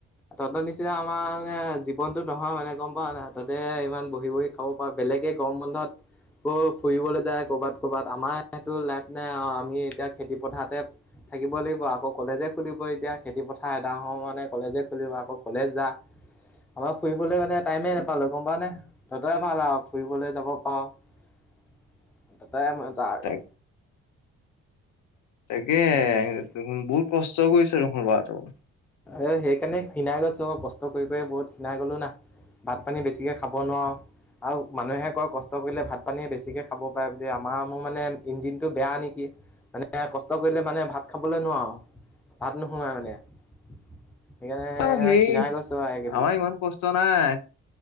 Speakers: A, in the centre; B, on the left.
A: তহঁতৰ নিচিনা আমাৰ মানে জীৱনতো নহয় মানে গম পাৱ নাই তহঁতে ইমান বহি বহি সৰুৰ পৰা বেলেগে গৰম বন্ধত ফুৰিবলৈ যায় কৰ'বাত কৰ'বাত আমাৰ সেইটো লাইফ নাই আৰু আমি এতিয়া খেতি পথাৰতে থাকিব লাগিব আকৌ কলেজে খুলিব এতিয়া খেতিপথাৰ এডায় হওঁ মানে কলেজে খুলিব আকৌ কলেজ যা আমাৰ ফুৰিবলৈ মে টাইমে নাপালোঁ গম পাৱ নে? তহঁতৰ ভাল আৰু ফুৰিবলৈ যাব পাৰ তহঁতৰহে মজা আৰু।
B: তাক তাকে
A: উম
B: বহুত কষ্ট কৰিছে দেখোন ল'ৰা টো।
A: অ সেইকাৰণে খীণাই গৈছোঁ ক কষ্ট কৰি কৰি বহুত খীণাই গলো না। ভাত পানী বেছিকৈ খাব নোৱাৰোঁ। আৰু মানুহে কয় কষ্ট কৰিলে ভাত পানী বেছিকে খাব পাৰে বুলি আমাৰ মোৰ মানে ইঞ্জিনটো বেয়া নেকি? মানে কষ্ট কৰিলে মানে ভাত খাবলৈ নোৱাৰোঁ। ভাত নোসোমাই মানে সেইকাৰণে
B: অ সেই
A: খীনাই গৈছোঁ আৰু এই কেইদিন।
B: আমাৰ ইমান কষ্ট নাই।